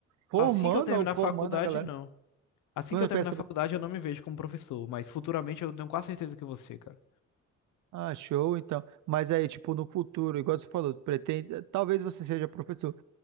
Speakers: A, on the right; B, on the left.
A: formando,
B: Assim que eu terminar a
A: formando
B: faculdade,
A: a galera.
B: não. Assim
A: Tu não
B: que eu
A: pensa,
B: terminar a faculdade, eu não me vejo como professor, mas futuramente eu tenho quase certeza que você, cara.
A: ah, show, então. Mas aí, tipo, no futuro, igual você falou, pretende, talvez você seja professor.